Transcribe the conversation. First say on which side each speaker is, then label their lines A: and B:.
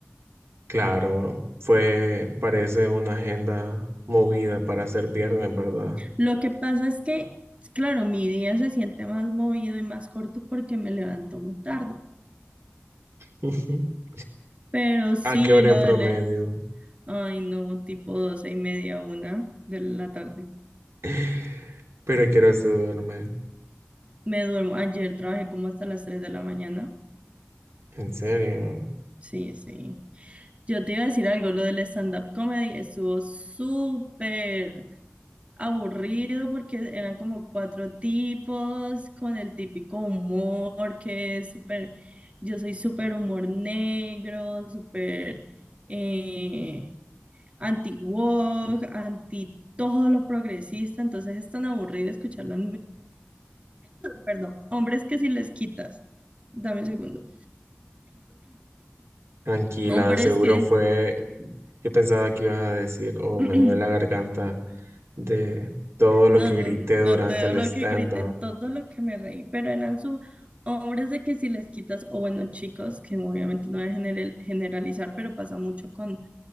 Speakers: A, on the right; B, on the right.
A: Claro, fue, parece una agenda movida para ser viernes, ¿verdad?
B: Lo que pasa es que, claro, mi día se siente más movido y más corto porque me levanto muy tarde.
A: <laughs>
B: Pero sí,
A: ¿A qué hora
B: lo
A: en
B: de,
A: promedio?
B: le- Ay, no, tipo doce y media, una de la tarde.
A: <laughs> Pero quiero duerme.
B: Me duermo. Ayer trabajé como hasta las 3 de la mañana.
A: En serio.
B: Sí, sí. Yo te iba a decir algo, lo del stand-up comedy estuvo súper aburrido porque eran como cuatro tipos con el típico humor que es súper, yo soy súper humor negro, súper eh, anti-woke, anti todo lo progresista, entonces es tan aburrido escucharlo perdón, hombres que si les quitas, dame un segundo,
A: Tranquila,
B: hombres
A: de seguro
B: que,
A: fue. Yo pensaba que ibas a decir,
B: <clears throat>
A: oh, me
B: no,
A: duele la garganta de todo lo
B: no,
A: que grité
B: no,
A: durante
B: todo
A: el
B: lo
A: stand-up.
B: que grité, todo lo que me reí, pero eran su hombres de que si les quitas, o bueno, chicos, que obviamente no voy a general- generalizar, pero pasa mucho con,